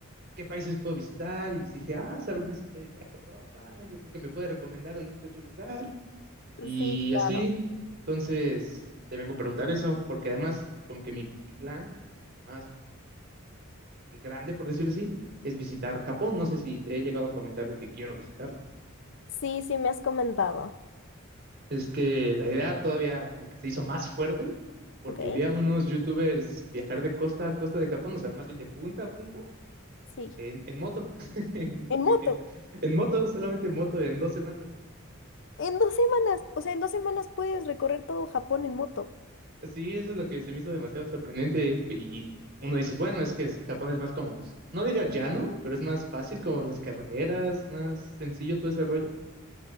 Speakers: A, on the right; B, on the left.
A: qué países puedo visitar. Y pues dije, ah, Sabrina se fue de viaje a Europa, yo creo que me puede recomendar algún que otro lugar. Y
B: Sí, claro.
A: así, entonces, te vengo a preguntar eso, porque además, como que mi, mi plan, más como el grande, por decirlo así, es visitar Japón. No sé si te he llegado a comentar de que quiero visitarlo.
B: Sí, sí, me has comentado.
A: Es que la idea todavía como que se hizo más fuerte, porque
B: Ok,
A: vi a unos youtubers viajar de costa a costa de Japón, o sea, más bien de punta a punta,
B: sí.
A: en, en moto, <laughs> en,
B: En
A: de
B: moto,
A: que en en moto, solamente en moto, en dos semanas.
B: en dos semanas. O sea, en dos semanas puedes recorrer todo Japón en moto.
A: Sí, eso es lo que se me hizo demasiado sorprendente. Y uno dices, bueno, es que es- Japón es más como, no diría llano, pero es más fácil como las carreteras, más sencillo todo ese rollo.